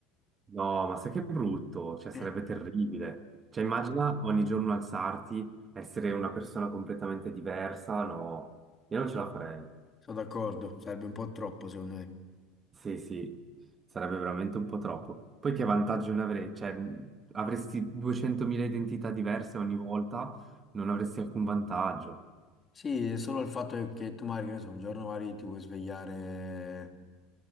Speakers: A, on the right; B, on the left.
A: No, ma sai che brutto, cioè sarebbe
B: <laughs>
A: terribile. Cioè immagina ogni giorno alzarti, essere una persona completamente diversa, no, io non ce la farei.
B: Sono d'accordo, sarebbe un po' troppo secondo me.
A: Sì, sì, sarebbe veramente un po' troppo. Poi che vantaggio ne avrei? Cioè mh, avresti 200.000 identità diverse ogni volta, non avresti alcun vantaggio.
B: Sì, è solo il fatto è che tu magari, che ne so, un giorno magari ti puoi svegliare,